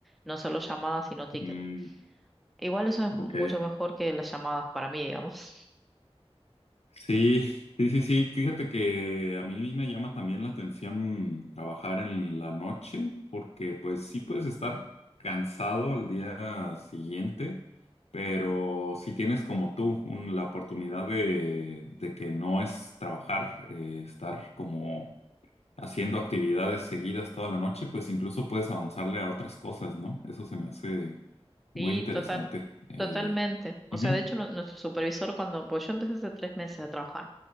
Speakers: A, in the centre; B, on the left.
A: no solo llamadas, sino tickets.
B: Mm,
A: Igual eso es
B: ok.
A: mucho mejor que las llamadas para mí, digamos.
B: Sí, sí, sí, sí. Fíjate que a mí me llama también la atención trabajar en la noche, porque pues sí puedes estar cansado al día siguiente, pero si tienes como tú un- la oportunidad de, de que no es trabajar, eh, estar como haciendo actividades seguidas toda la noche, pues incluso puedes avanzarle a otras cosas, ¿no? Eso se me hace muy
A: Sí,
B: interesante.
A: total,
B: Eh,
A: totalmente. O
B: ujú,
A: sea, de hecho, nu- nuestro supervisor, cuando, pues yo empecé hace tres meses a trabajar,